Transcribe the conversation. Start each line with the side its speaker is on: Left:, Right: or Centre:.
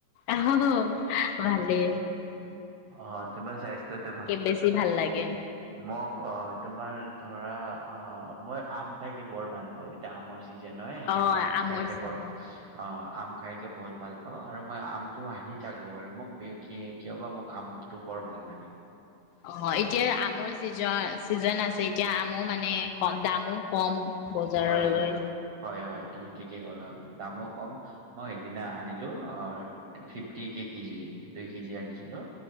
Left: অহ ভালে
Right: অ তোমাৰ স্বাস্থ্যটো ভাল?
Left: বেছি ভাল লাগে
Right: মোক ক তোমাৰ ধৰা অ মই আম খাইকে বৰ ভাল পাওঁ এতিয়া আমৰ চি যেন হয় এনে
Left: অ
Right: মই আম
Left: আমৰ
Right: খাইকে
Left: চিজন
Right: বৰ অ আম খাইকে বহুত ভাল পাও আৰু মই আমটো আনি থাকো বাৰু মোক কিয় বা মোক আমটো বৰ ভাল লাগে।
Left: অ এতিয়া আমৰ চিজন চিজন আছে এতিয়া আমো মানে কম দামো কম। বজাৰলৈ
Right: হয় হয় হয় হয় তুমি ঠিকেই কলা দামো কম, মই সিদিনা আনিলো অ ফিফটি কে কেজি দুই কেজি আনিছিলো।